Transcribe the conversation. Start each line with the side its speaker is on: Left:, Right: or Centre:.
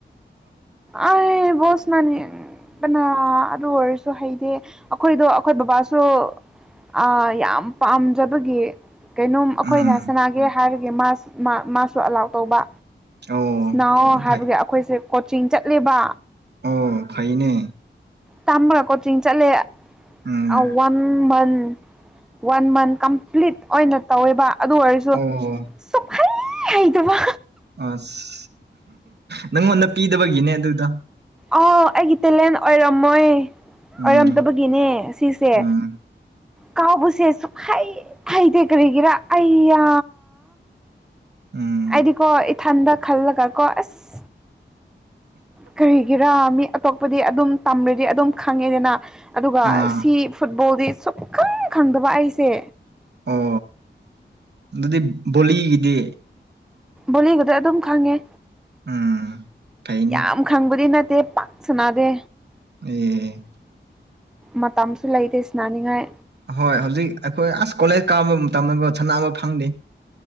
Centre: ꯑꯩ ꯕꯣꯜ ꯁꯅꯥꯅꯤꯡ ꯕꯅ ꯑꯗꯨ ꯑꯣꯏꯔꯁꯨ ꯍꯩꯗꯦ ꯑꯩꯈꯣꯏꯗꯣ ꯑꯩꯈꯣꯏ ꯕꯕꯥꯁꯨ ꯑꯥ ꯌꯥꯝ ꯄꯥꯝꯖꯕꯒꯤ ꯀꯩꯅꯣꯝ ꯑꯩꯈꯣꯏꯅ
Right: ꯎꯝ
Centre: ꯁꯅꯥꯒꯦ ꯍꯥꯏꯔꯒꯦ ꯃꯥ ꯃꯥꯁꯨ ꯑꯂꯥꯎ ꯇꯧꯕ
Right: ꯑꯣ
Centre: ꯅꯑꯣ
Right: ꯑꯗꯨ
Centre: ꯍꯥꯏꯕꯒꯤ
Right: ꯐꯩ
Centre: ꯑꯩꯈꯣꯏꯁꯦ ꯀꯣꯆꯤꯡ ꯆꯠꯂꯤꯕ
Right: ꯑꯣ ꯈꯩꯅꯦ
Centre: ꯇꯝꯕ꯭ꯔꯥ ꯀꯣꯆꯤꯡ ꯆꯠꯂꯦ
Right: ꯎꯝ
Centre: ꯑꯥꯎ one month one month complete ꯑꯣꯏꯅ ꯇꯧꯋꯦꯕ ꯑꯗꯨ ꯑꯣꯏꯔꯁꯨ
Right: ꯑꯣ
Centre: ꯁꯨꯍꯩ ꯍꯩꯇꯕ
Right: ꯑꯁ ꯅꯪꯉꯣꯟꯗ ꯄꯤꯗꯕꯒꯤꯅꯦ ꯑꯗꯨꯗ
Centre: ꯑꯥꯎ ꯑꯩꯒꯤ ꯇꯦꯂꯦꯟ ꯑꯣꯏꯔꯝꯃꯣꯏ
Right: ꯎꯝ
Centre: ꯑꯣꯏꯔꯝꯗꯕꯒꯤꯅꯦ ꯑꯁꯤꯁꯦ
Right: ꯎꯝ
Centre: ꯀꯥꯎꯕꯁꯦ ꯁꯨꯛꯍꯩ ꯍꯩꯇꯦ ꯀꯔꯤꯒꯤꯔꯥ ꯑꯩꯌꯥ
Right: ꯎꯝ
Centre: ꯑꯩꯗꯤꯀꯣ ꯏꯊꯟꯗ ꯈꯜꯂꯒ ꯀꯣ ꯑꯁ ꯀꯔꯤꯒꯤꯔꯥ ꯃꯤ ꯑꯇꯣꯞꯄꯗꯤ ꯑꯗꯨꯝ ꯇꯝꯔꯗꯤ ꯑꯗꯨꯝ ꯈꯪꯉꯦꯗꯅ ꯑꯗꯨꯒ
Right: ꯑꯥ
Centre: ꯁꯤ ꯐꯨꯠꯕꯣꯜꯗꯤ ꯁꯨꯛꯈꯪ ꯈꯪꯗꯕ ꯑꯩꯁꯦ
Right: ꯑꯣ ꯑꯗꯨꯗꯤ ꯕꯣꯜꯂꯤꯒꯤꯗꯤ
Centre: ꯕꯣꯂꯤꯒꯗꯤ ꯑꯗꯨꯝ ꯈꯪꯉꯦ
Right: ꯎꯝ ꯐꯩꯅꯦ
Centre: ꯌꯥꯝ ꯈꯪꯕꯗꯤ ꯅꯠꯇꯦ ꯄꯥꯛ ꯁꯅꯥꯗꯦ
Right: ꯎꯝ
Centre: ꯃꯇꯝꯁꯨ ꯂꯩꯇꯦ ꯁꯅꯥꯅꯤꯡꯉꯥꯏ
Right: ꯍꯣꯏ ꯍꯧꯖꯤꯛ ꯑꯩꯈꯣꯏ ꯑꯁ ꯀꯣꯂꯦꯖ ꯀꯥꯕ ꯃꯇꯝꯗꯀꯣ ꯁꯥꯟꯅꯕ ꯐꯪꯗꯦ